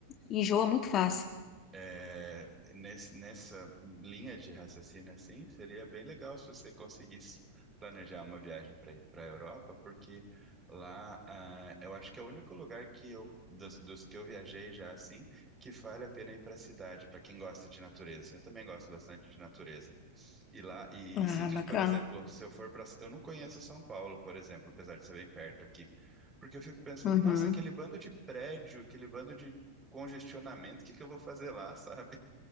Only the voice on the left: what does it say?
enjoa muito fácil.
Ah,
bacana.
Uhum.